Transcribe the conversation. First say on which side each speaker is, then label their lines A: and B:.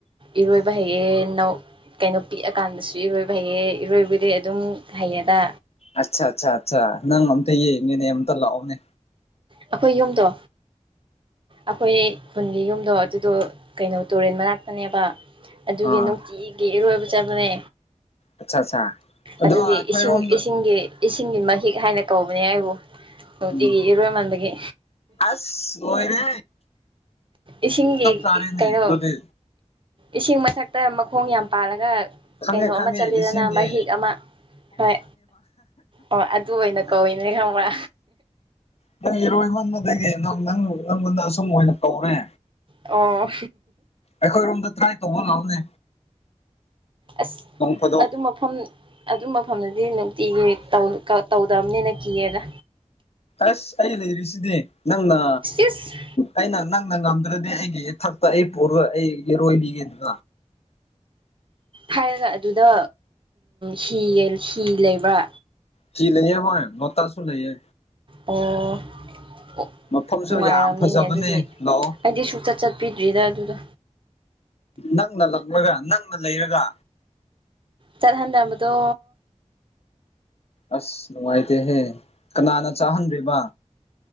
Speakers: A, on the right; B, on the left.
A: ꯏꯔꯣꯏꯕ ꯍꯩꯌꯦ ꯅꯧ ꯀꯩꯅꯣ ꯄꯤꯛꯑꯀꯥꯟꯗꯁꯨ ꯏꯔꯣꯏꯕ ꯍꯩꯌꯦ ꯏꯔꯣꯏꯕꯗꯤ ꯑꯗꯨꯝ ꯍꯩꯌꯦꯗ
B: ꯑꯠꯆꯥ ꯑꯠꯆꯥ ꯑꯠꯆꯥ ꯅꯪ ꯑꯝꯇ ꯌꯦꯡꯉꯦꯅꯦ ꯑꯃꯝꯇ ꯂꯥꯛꯑꯣꯅꯦ
A: ꯑꯩꯈꯣꯏ ꯌꯨꯝꯗꯣ ꯑꯩꯈꯣꯏ ꯈꯨꯟꯒꯤ ꯌꯨꯝꯗꯣ ꯑꯗꯨꯗꯣ ꯀꯩꯅꯣ ꯇꯨꯔꯦꯟ ꯃꯅꯥꯛꯇꯅꯦꯕ ꯑꯗꯨꯒꯤ
B: ꯑꯥ
A: ꯅꯨꯡꯇꯤꯒꯤ ꯏꯔꯣꯏꯕ ꯆꯠꯕꯅꯦ
B: ꯑꯠꯆꯥ ꯑꯠꯆꯥ ꯑꯗꯣ
A: ꯑꯗꯨꯒꯤ
B: ꯑꯩꯈꯣꯏꯔꯣꯝꯗ
A: ꯏꯁꯤꯡ ꯏꯁꯤꯡꯒꯤ ꯏꯁꯤꯡꯒꯤ ꯃꯍꯤꯛ ꯍꯥꯏꯅ ꯀꯧꯕꯅꯦ ꯑꯩꯕꯨ ꯅꯨꯡꯇꯤꯒꯤ
B: ꯎꯝ
A: ꯏꯔꯣꯏꯃꯟꯕꯒꯤ
B: ꯑꯁ ꯂꯥꯏꯔꯦꯍ
A: ꯏꯁꯤꯡꯒꯤ
B: ꯆꯥꯔꯦꯅꯦ
A: ꯀꯩꯅꯣ
B: ꯑꯗꯨꯗꯤ
A: ꯏꯁꯤꯡ ꯃꯊꯛꯇ ꯃꯈꯣꯡ ꯌꯥꯝ ꯄꯥꯜꯂꯒ
B: ꯈꯪꯉꯦ
A: ꯀꯩꯅꯣ
B: ꯈꯪꯉꯦ
A: ꯑꯃ ꯆꯠꯂꯤꯦꯗꯅ
B: ꯏꯁꯤꯡꯒꯤ
A: ꯃꯍꯤꯛ ꯑꯃ ꯍꯣꯏ ꯑꯣ ꯇꯅ ꯀꯧꯏꯅꯦ ꯈꯪꯕ꯭ꯔꯥ
B: ꯅꯪ ꯏꯔꯣꯏꯕꯕꯗꯒꯤ ꯅꯪ ꯅꯪ ꯅꯪꯉꯣꯟꯗ ꯑꯁꯨꯝ ꯑꯣꯏꯅ ꯀꯧꯔꯦ
A: ꯑꯣ
B: ꯑꯩꯈꯣꯏꯔꯣꯝꯗ ꯇ꯭ꯔꯥꯏ ꯇꯧꯕ ꯂꯥꯛꯑꯝꯅꯦ
A: ꯑꯁ
B: ꯐꯥꯗꯣꯛ
A: ꯑꯗꯨ ꯃ ꯃꯐꯝ ꯑꯗꯨ ꯃꯐꯝꯗꯨꯗꯤ ꯅꯨꯡꯇꯤ ꯇꯧꯗꯕꯅꯤꯅ ꯀꯤꯌꯦꯅ
B: ꯑꯁ ꯑꯩ ꯂꯩꯔꯤꯁꯤꯗꯤ ꯅꯪꯅ
A: ꯁꯤꯁ
B: ꯑꯩꯅ ꯅꯪꯅ ꯉꯝꯗ꯭ꯔꯗꯤ ꯑꯩꯒꯤ ꯏꯊꯛꯇ ꯑꯩ ꯄꯨꯔꯒ ꯑꯩ ꯏꯔꯣꯏꯕꯤꯒꯦꯗꯨꯅ
A: ꯍꯥꯏꯔꯒ ꯑꯗꯨꯗ ꯍꯤ ꯍꯤ ꯂꯩꯕ꯭ꯔꯥ
B: ꯆꯤ ꯂꯩꯦ ꯍꯣꯏ ꯅꯠꯇꯔꯁꯨꯨ ꯂꯩꯌꯦ
A: ꯑꯣ ꯑꯣ
B: ꯃꯐꯝꯁꯨ
A: ꯅꯨꯡꯉꯥꯏꯔꯝꯅꯤꯅꯦ
B: ꯌꯥꯝ ꯐꯖꯕꯅꯦ
A: ꯑꯗꯨꯗꯤ
B: ꯂꯥꯛꯑꯣ
A: ꯑꯩꯗꯤ ꯁꯨꯛꯆꯠ ꯆꯠ ꯄꯤꯗ꯭ꯔꯤꯗ ꯑꯗꯨꯗ
B: ꯅꯪꯅ ꯂꯛꯂꯒ ꯅꯪꯅ ꯂꯩꯔꯒ
A: ꯆꯔ ꯍꯥꯟꯗꯕꯗ
B: ꯑꯁ ꯅꯨꯡꯉꯥꯏꯇꯦꯍꯦ ꯀꯅꯥꯅ ꯆꯥꯍꯟꯗ꯭ꯔꯤꯕ